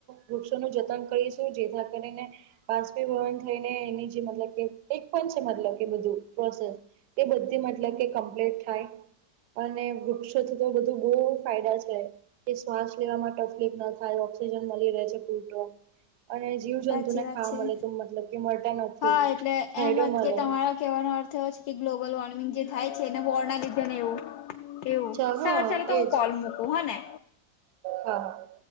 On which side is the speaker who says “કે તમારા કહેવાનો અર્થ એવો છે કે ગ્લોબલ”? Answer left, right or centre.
Left